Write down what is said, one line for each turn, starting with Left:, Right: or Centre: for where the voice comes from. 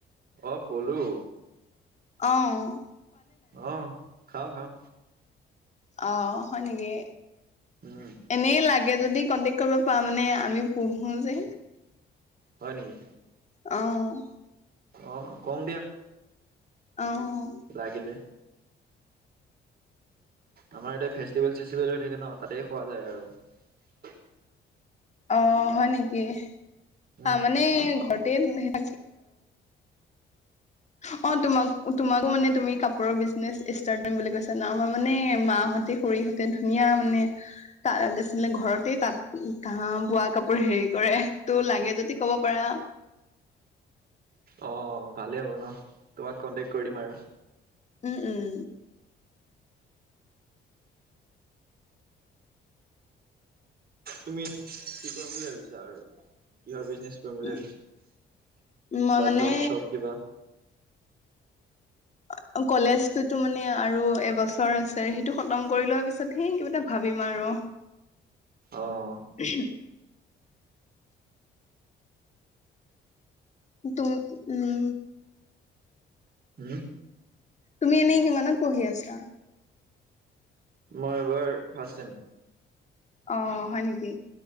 Right: অহ, পলো।
Left: অহ
Right: অহ, খাওঁ - খাওঁ।
Left: অ, হয় নেকি
Right: উম,
Left: এনেই লাগে তে যদি কন্টেক কৰিব পা মানে আমি পঢ়ো যে।
Right: হয় নেকি?
Left: অ',
Right: অহ কম দিয়া।
Left: অ',
Right: লাগিলে। আমাৰ ইতিয়া ফেষ্টিভেল -চেষ্টিভেল হৈ থাকে ন'তাতেই খোৱা যায় আৰু।
Left: অহ, হয় নেকি?
Right: উম,
Left: তাৰমানে ঘৰতে <unintelligible> <inaudible> অহ, তোমাক তোমাকো মানে তুমি কাপোৰৰ বিজনেচ ষ্টাৰ্ট কৰিম বুলি কৈছা ন'আমাৰ মানে মাহত তে সৰিহতে ধুনীয়া মানে তাত গ আছিলে ঘৰতে তাত ধাহ বোৱা কাপোৰ হেৰি কৰে তো লাগে যদি কব পাৰা
Right: অ', ভালেই হ'ব ন' তোমাক কন্টেক্ট কৰি দিম আৰু।
Left: উম উম
Right: তুমি কি কৰিম বুলি ভাবিছা আৰু কিহৰ বিজনেচ?
Left: উ
Right: <unintelligible>
Left: মই
Right: বা
Left: মানে
Right: জব চব কিবা?
Left: <inaudible> কলেজ টোতো মানে আৰু এবছৰ আছে, সেইটো খতম কৰি লোৱাৰ পিছতহে কিবা এটা ভাবিম আৰু।
Right: অ',
Left: <unintelligible> তুম - মি
Right: হম
Left: তুমি এনেই কিমানত পঢ়ি আছা?
Right: মই এবাৰ ফাষ্ট চেম।
Left: অহ, হয় নেকি?